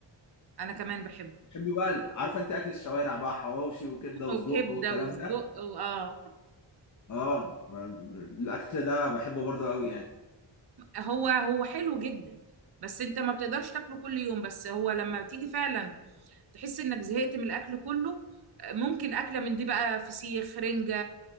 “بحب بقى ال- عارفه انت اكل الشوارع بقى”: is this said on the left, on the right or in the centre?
Left